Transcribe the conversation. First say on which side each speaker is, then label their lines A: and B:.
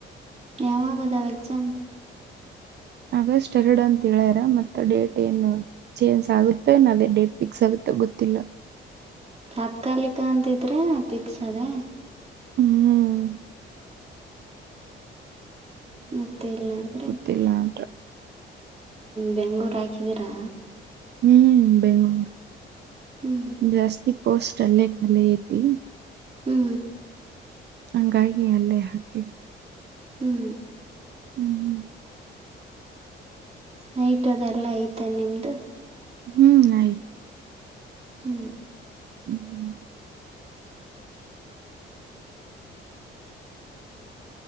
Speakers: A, on the right; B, on the right.
A: ಯಾವಾಗದ ಎಕ್ಸಾಮ್
B: ಆಗಸ್ಟ್ ಎರಡು ಅಂತ ಹೇಳ್ಯಾರ ಮತ್ತೆ ಡೇಟ್ ಏನ್ ಚೇಂಜ್ ಆಗುತ್ತೆನ್ ಅದೇ ಡೇಟ್ ಫಿಕ್ಸ್ ಆಗುತ್ತೆ ಗೊತ್ತಿಲ್ಲ
A: ತಾತ್ಕಾಲಿಕ ಅಂತಿದ್ರೆ ಪಿಕ್ಸ್ ಅದೆೇ
B: ಹ್ಮ್
A: ಮತ್ತೆ ಎಲ್ಲಂದ
B: ತಿಲ್ಲಾಟ
A: ಬೆಂಗಳೂರು ಹಾಕಿದೀರಾ
B: ಹ್ಮ್ ಬೆಂಗಳೂರು
A: ಹ್ಞೂ
B: ಜಾಸ್ತಿ ಪೋಸ್ಟ್ ಅಲ್ಲೇ ಕಾಲಿ ಐತಿ
A: ಹ್ಞೂ
B: ಹಂಗಾಗಿ ಅಲ್ಲೇ ಹಾಕಿವಿ
A: ಹ್ಞೂ
B: ಹ್ಮ್ ಹ್ಮ್
A: ನೈಟ್ ಅದೆಲ್ಲ ಆಯ್ತಾ ನಿಮ್ದು
B: ಹ್ಮ್ ಆಯ
A: ಹೂ
B: ಹ್ಮ್ ಹ್ಮ್